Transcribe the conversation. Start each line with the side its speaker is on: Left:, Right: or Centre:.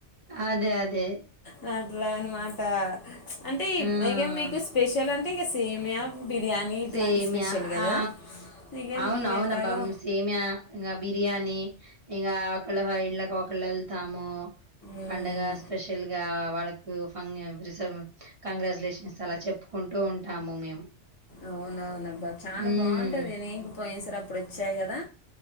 Right: అదే. అదే.
Left: హా ఇట్లా అనమాట అంటే
Right: ఆ!
Left: ఇక మీకు స్పెషల్ అంటే ఇక సేమియా బిర్యానీ ఇట్లాంటి
Right: సేమ్యా
Left: స్పెషల్ కదా
Right: ఆ!
Left: ఇగ
Right: అవును
Left: మేము
Right: అవునబ్బా
Left: ఎట్లాగో
Right: సేమ్య ఇంకా బిర్యానీ ఇగ ఒకళ్ళ ఇళ్లకి ఒకళ్ళు వెళ్తాము
Left: ఉమ్
Right: పండగ స్పెషల్ గా వాళ్ళకు ఫ <unintelligible> కంగ్రాచ్యులేషన్స్ అలా చెప్పుకు కుంటూ ఉంటాము మేము
Left: అవునవునబ్బ చాలా
Right: హ్మ్.
Left: బాగుంటది నీకు పోయిన సారి అప్పుడు వచ్చా కదా